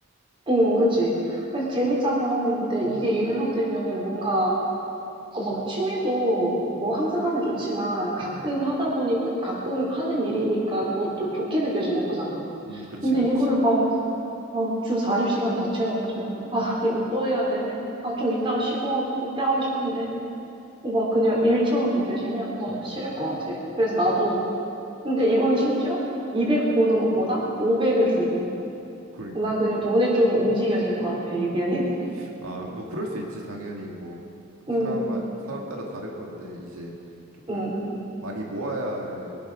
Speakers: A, on the right; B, on the right.
A: 응, 그치. 그래서 재밌자고 하는 건데 이게 일로 되면은 뭔가 어, 막 취미도 뭐 항상 하면 좋지만 가끔
B: 음.
A: 하다 보니 가끔 하는 일이니까 그것도 좋게 느껴지는 거잖아.
B: 음, 그렇지,
A: 근데
B: 그렇지.
A: 이거를 막, 어, 주 40시간 다 채워가지고, 아,
B: 음.
A: 이거 또 해야 되네. 아, 좀 이따가 쉬고, 그때 하고 싶은데. 어, 막 그냥 일처럼 느껴지면, 어,
B: 음.
A: 싫을 것 같아. 그래서
B: 음.
A: 나도 근데 이거는 심지어 200 버는 것보다 500을 주고.
B: 그러니까.
A: 난 그냥 돈에 좀 움직여지는 것 같아, 의견이.
B: 음. 아, 뭐 그럴 수 있지. 당연히 뭐
A: <laughs>
B: 사람
A: 응,
B: 사람 따라 다른 건데 이제 조금
A: 응,
B: 많이 모아야 할